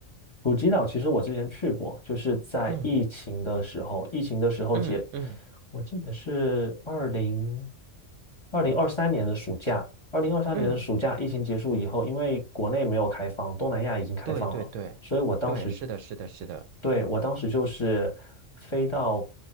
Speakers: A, on the left (about 25°); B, on the right (about 70°).
A: 普吉岛其实我之前去过，就是在疫情的时候，
B: 嗯
A: 疫情的时候结，
B: 嗯嗯
A: 我记得是二零二零二三年的暑假，二零二三年的暑假，
B: 嗯，
A: 疫情结束以后，因为国内没有开放，东南亚已经开放了，
B: 对对对对，
A: 所以我当时，
B: 是的，是的，是的。
A: 对，我当时就是飞到